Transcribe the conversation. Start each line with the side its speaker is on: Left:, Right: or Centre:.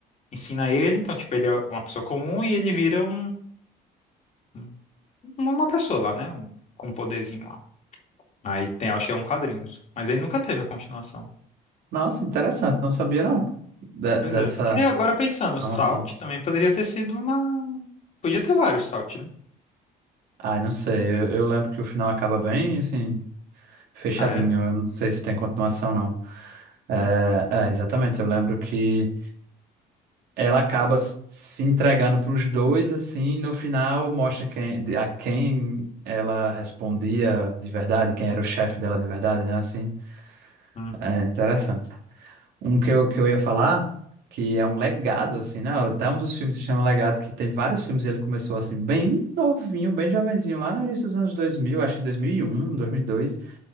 Left: ensina ele, então, tipo, ele é uma pessoa comum e ele vira um, um- uma pessoa lá, né? Um, com um poderzinho lá. Aí tem, acho que é um quadrinhos, mas ele nunca teve a continuação.
Right: Nossa, interessante. Não sabia, não, da- dessa
Left: Pois é. Que nem agora pensando,
Right: informação.
Left: o Salt também poderia ter sido uma... Podia ter vários Salt, né?
Right: Ai, não sei. Eu, eu lembro que o final acaba bem, assim, fechadinho.
Left: Ah, é?
Right: Eu não sei se tem continuação, não. É, é, exatamente. Eu lembro que ela acaba s- se entregando para os dois, assim, e no final mostra quem, de- a quem ela respondia de verdade, quem era o chefe dela de verdade, né? Assim,
Left: Uhum.
Right: é interessante. Um que eu, que eu ia falar, que é um legado, assim, né? Até um dos filmes se chama Legado, que tem vários filmes. e Ele começou, assim, bem novinho, bem jovenzinho, lá no início dos anos 2000, acho que dois dois mil mil e um dois mil e dois